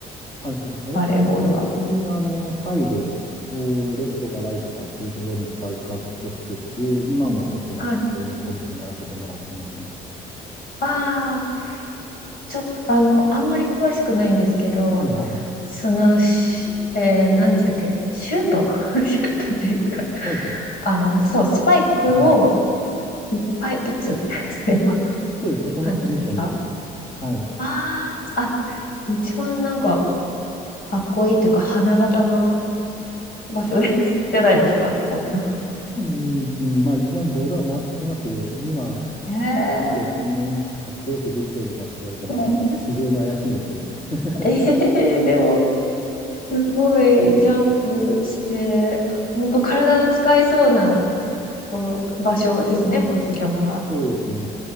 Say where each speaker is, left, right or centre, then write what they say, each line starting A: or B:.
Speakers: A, on the left; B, on the left.
A: はいはい。私、
B: バレーボールは。
A: 基本的にあの、サイドをレフトかライトかっていうところのスパイカーずっとしてて、今もちょっとまあそこのポジションやらせてもらってますね。
B: はい。ああ、ちょっと、あの、あんまり詳しくないんですけど、
A: はいはいはい。
B: その、しえー、何でしたっけシュート <laughs> シュートっていうか、
A: スパイク。
B: あの、そう、スパイクを
A: はい。
B: いっぱい打つみたいな感じで
A: あそうです。そこのポジションです。
B: すか
A: はい。
B: ああ、あ、一番なんか、かっこいいというか、花形な場所です、<laughs> じゃないですか、そこって。
A: うん、まあ一番ボールは回ってきますけど、今、
B: へえ。
A: 果たしてそんなにかっこよくできてるのかって言われたら、
B: めっちゃ、
A: ちょっと非常に怪しいんですけどね。<laughs>
B: ええでも、すごいジャンプして、本当体を使いそうなところ、場所ですね、ポジションは。
A: そうですね。